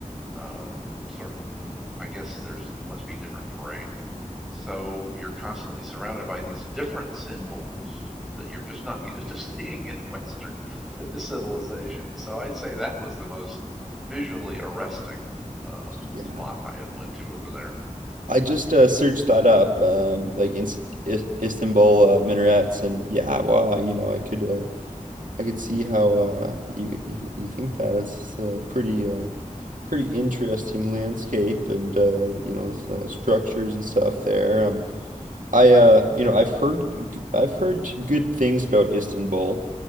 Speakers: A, in the centre; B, on the right.
A: Um, sort of, I guess there's it must be different terrain so you're constantly surrounded by these different symbols that you're just not <laughs> used to seeing in Western <laughs> civilization. So I'd say that was the most visually arresting uh,
B: Yeah.
A: spot I had went to over
B: I just uh, searched that up, um, like in I Istanbul uh, minarets,
A: there.
B: and
A: Mm,
B: yeah, wow, you know, I could uh, I could see how uh, you, you you think that it's a pretty uh, pretty interesting landscape and uh, you know
A: mhm.
B: uh, structures and stuff there. Um, I uh, you know I've heard g- I've heard good things about Istanbul.